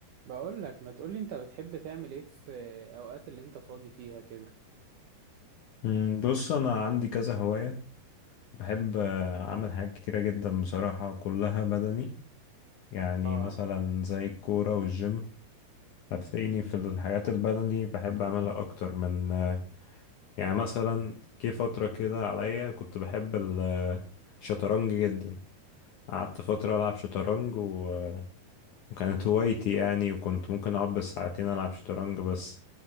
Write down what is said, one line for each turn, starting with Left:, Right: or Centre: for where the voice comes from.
Right: بقول لك ما تقولي انت بتحب تعمل ايه في اوقات اللي انت فاضي فيها كده
Left: مم، بص انا عندي كذا هواية بحب آه، اعمل حاجات كتيرة جدا بصراحة كلها بدني يعني
Right: اه
Left: مثلا زي الكورة والجيم هتلاقيني في الحاجات البدني بحب اعملها اكتر من آه، يعني مثلا جه فترة كده عليا كنت بحب ال- آه، الشطرنج جدا قعدت فترة العب شطرنج و... آه، وكانت هوايتي يعني وكنت ممكن اقعد بالساعتين العب شطرنج بس